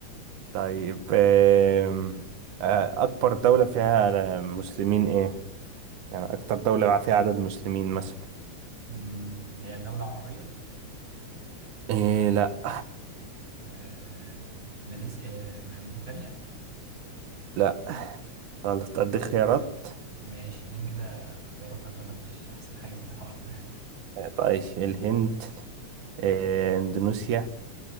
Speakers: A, on the right (about 75°); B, on the right (about 40°).
A: طيب آم، آه، اكبر دولة فيها مسلمين ايه يعني اكتر دولة فيها عدد مسلمين مثلا
B: أمم، هي دولة عربية
A: ايه لا
B: آم، ماليزيا آم، موريتانيا
A: لا غلط أديك خيارات
B: ماشي اديني كده اختيارات اللي انا مش احسن حاجة في الحوار ده
A: طيب الهند آه، إندونيسيا